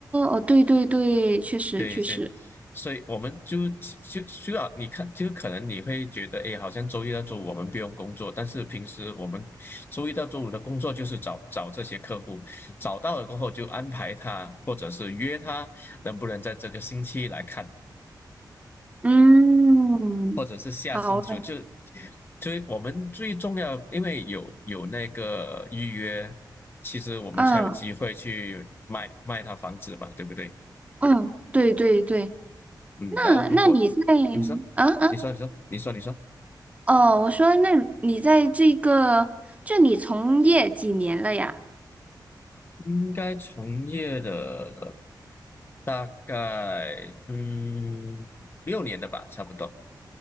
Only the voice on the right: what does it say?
哦，对对对，确实确实，
嗯，
好的，
嗯
嗯，对对对，
那那你在
啊啊？
哦，我说，那你在这个，就你从业几年了呀？